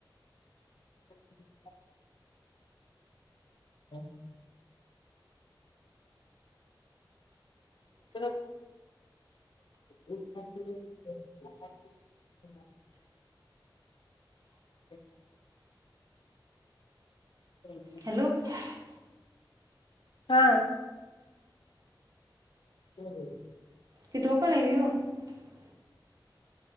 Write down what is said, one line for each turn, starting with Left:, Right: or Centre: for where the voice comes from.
Left: हमम <unintelligible> ह <unintelligible> तर <unintelligible> तर <unintelligible> मम <unintelligible> हम् <unintelligible>
Right: हॅलो अ.
Left: हा. हो हो <unintelligible>
Right: कि तोकलावो <unintelligible>